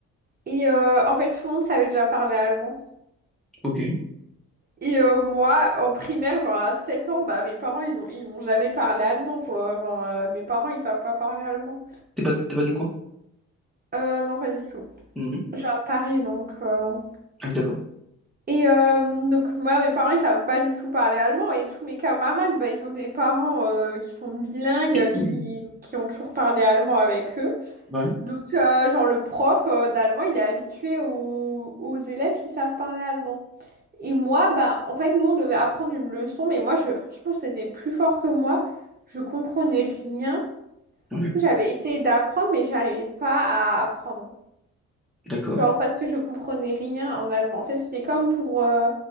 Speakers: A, on the right (about 30°); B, in the centre.
A: Et euh, en fait, tout le monde savait déjà parler allemand.
B: ok.
A: Et euh, moi, en primaire, genre à 7 ans, bah mes parents, ils ont, ils m'ont jamais parlé allemand, quoi. Genre, euh, mes parents, ils savent pas parler allemand.
B: T'es pas, t'es pas du coin?
A: Euh, non, pas du tout.
B: Mhm.
A: Je viens de Paris, donc euh, non.
B: Ah oui, d'accord.
A: Et euh, donc, moi, mes parents, ils savent pas du tout parler allemand. Et tous mes camarades, bah, ils ont des parents euh, qui sont bilingues, euh, qui,
B: Mhm.
A: qui ont toujours parlé allemand avec eux.
B: Ouais,
A: Donc, euh, genre, le prof euh, d'allemand, il est habitué aux, aux élèves qui savent parler allemand. Et moi, bah, en fait, nous, on devait apprendre une leçon, mais moi, je, franchement, c'était plus fort que moi. Je comprenais rien.
B: ouais.
A: J'avais essayé d'apprendre, mais j'arrivais pas à apprendre.
B: D'accord,
A: Genre, parce que je comprenais rien en allemand. En fait, c'était comme pour, euh,